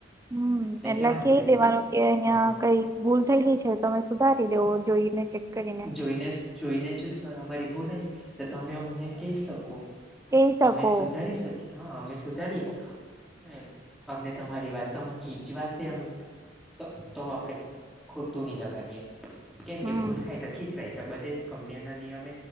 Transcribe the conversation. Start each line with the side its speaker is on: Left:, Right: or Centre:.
Right: હમ
Centre: એટલે
Right: એલા
Centre: કહેવાનું
Right: ક
Centre: કે
Right: દેવાનું કે અહિયાં
Centre: હા
Right: કઈ ભૂલ થયેલી છે, તો તમે સુધારી દેવો જોઈને કરીને
Centre: <unintelligible> જોઈને જો સર અમારી ભોલાય તો તમે અમને કહી શકો
Right: કહી શકો
Centre: અમે સુધારી શકીએ હા અમે સુધારીએ <unintelligible> અમને તમારી વાત તો અમે ખીજવાશે અમે તો તો આપણે ખોટું નહીં લગાડીએ કેમ
Right: હમ
Centre: કે ભૂલ થાય તો ખીચવાય તો બધ જ કંપનીઓ ના નિયમ